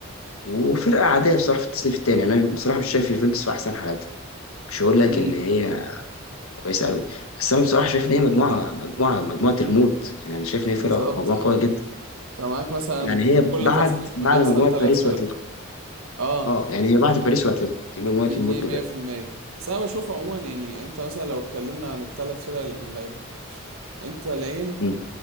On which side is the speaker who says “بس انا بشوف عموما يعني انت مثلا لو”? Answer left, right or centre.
Right